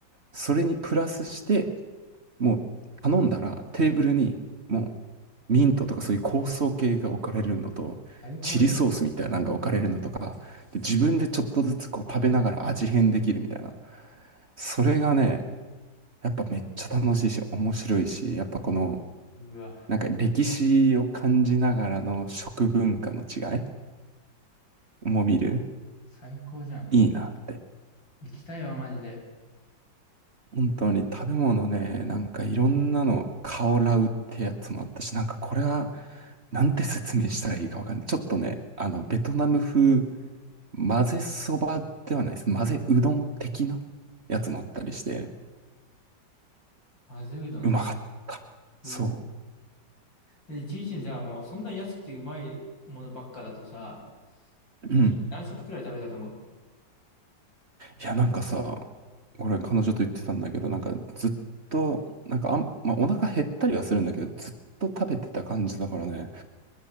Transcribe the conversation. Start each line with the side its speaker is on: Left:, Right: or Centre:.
Right: それにプラスして、もう頼んだらテーブルにもうミントとかそういう香草系が置かれるのと、
Left: 最高やん。
Right: チリソースみたいなのが置かれるのとか、で、自分でちょっとずつこう食べながら味変できるみたいな。それがね、やっぱめっちゃ楽しいし、面白いし、やっぱこの、
Left: うわ、
Right: なんか歴史を感じながらの食文化の違いも見る、
Left: 最高じゃん。
Right: いいなって。
Left: 行きたいわ、マジで。
Right: 本当に食べ物ね、なんかいろんなの、カオラウってやつもあったし、なんかこれは、なんて説明したらいいかわかんない。ちょっとね、あの、ベトナム風、混ぜそばではないです。混ぜうどん的なやつもあったりして、
Left: 混ぜうどんね。
Right: うまかった。
Left: うわ
Right: そ
Left: で、一日にじゃあもう、そんな安くてうまいものばっかだとさ、
Right: う。
Left: 一日何食くらい食べたと思う
Right: うん。いや、なんかさ、俺彼女と言ってたんだけど、なんかずっと、なんかあん、まあ、お腹減ったりはするんだけど、ずっと食べてた感じだからね、